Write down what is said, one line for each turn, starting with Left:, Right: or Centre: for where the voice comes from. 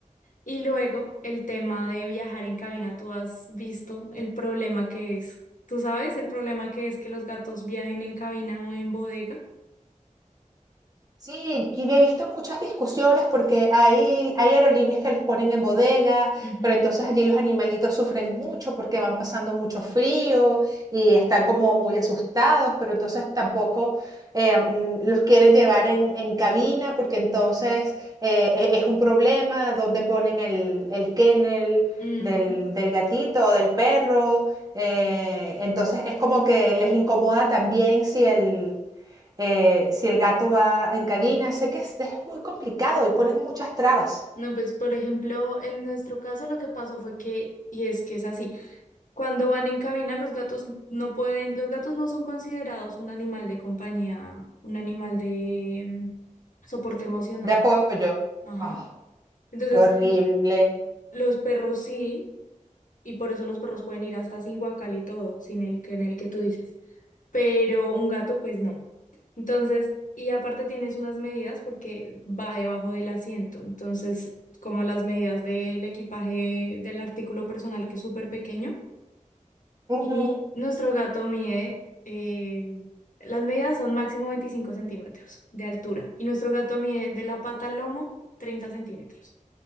Left: Y luego el tema de viajar en cabina, tú has visto el problema que es. ¿Tú sabes el problema que es que los gatos viajen en cabina o en bodega?
Right: Sí, y he visto muchas discusiones porque hay, hay aerolíneas que los ponen en bodega,
Left: Ujú.
Right: pero entonces allí los animalitos sufren mucho porque van pasando mucho frío y están como muy asustados, pero entonces tampoco eh, mm, los quieren llevar en, en cabina porque entonces eh, e- es un problema dónde ponen el, el kennel
Left: Ujú.
Right: del, del gatito o del perro. eh, entonces es como que les incomoda también si el eh, si el gato va en cabina, sé que es, es muy complicado y ponen muchas trabas
Left: No, pues por ejemplo, en nuestro caso lo que pasó fue que, y es que es así. Cuando van en cabina, los gatos no pueden, los gatos no son considerados un animal de compañía, un animal de mm, soporte emocional.
Right: de apoyo.
Left: Ajá.
Right: Ah,
Left: Entonces,
Right: qué horrible.
Left: los perros sí, y por eso los perros pueden ir hasta sin guacal y todo, sin el que en el que tú dices. Pero un gato, pues no. Entonces, y aparte tienes unas medidas porque va debajo del asiento. Entonces, como las medidas del equipaje del artículo personal que es súper pequeño.
Right: Ujú.
Left: Y nuestro gato mide, eh, las medidas son máximo 25 centímetros de altura. Y nuestro gato mide de la pata al lomo 30 centímetros.